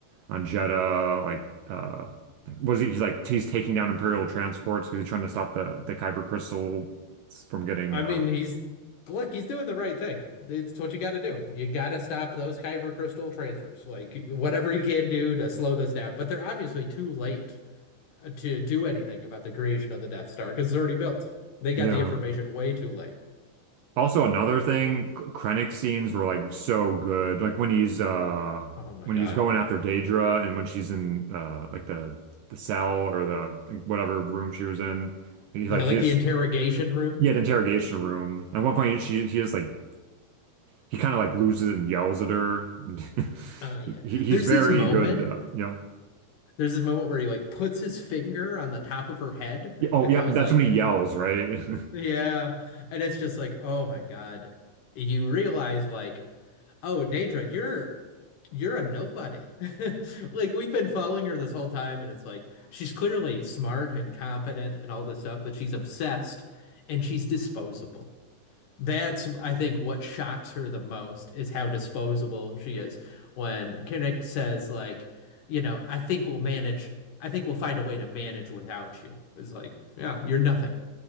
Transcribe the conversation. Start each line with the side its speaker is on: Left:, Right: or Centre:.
Right: on Jeddah, like uh like what is he he's like he's taking down Imperial transports because he's trying to stop the the Kyber crystal from getting
Left: I
Right: uh
Left: mean, he's look, he's doing the right thing. It's what you got to do. You got to stop those Kyber crystal transfers. Like whatever you can do to slow this down. But they're obviously too late uh, to do anything about the creation of the Death Star because it's already built. They got
Right: yeah.
Left: the information way too late.
Right: Also another thing, Krennic scenes were like so good. Like when he's uh
Left: Oh my
Right: when
Left: God.
Right: he's going after Daedra and when she's in uh like the the cell or the like, whatever room she was in. He
Left: Yeah,
Right: like
Left: like
Right: his
Left: the interrogation room.
Right: he had interrogation room. At one point she he is like he kind of like loses it and yells at her. <laughs>
Left: Oh yeah.
Right: he, he's
Left: There's
Right: very
Left: this moment.
Right: good uh, yeah.
Left: There's this moment where he like puts his finger on the top of her head,
Right: Yeah,
Left: <laughs>
Right: Oh,
Left: and
Right: yep.
Left: I was
Right: That's
Left: like,
Right: when he yells, right? <laughs>
Left: "Yeah," and it's just like, "Oh my God!" You realize like Oh, Daedra, you're you're a nobody. <laughs> Like we've been following her this whole time, and it's like she's clearly smart and competent and all this stuff, but she's obsessed and she's disposable. That's, I think, what shocks her the most is how disposable she is. When Kinnick says, like, you know, I think we'll manage, I think we'll find a way to manage without you. It's like, yeah, you're nothing.